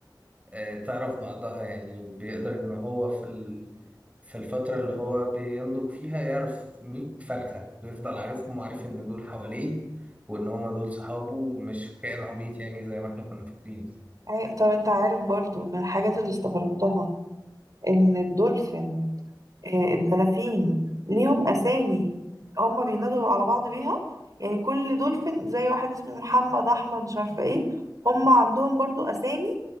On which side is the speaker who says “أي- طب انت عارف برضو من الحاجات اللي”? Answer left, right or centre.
Right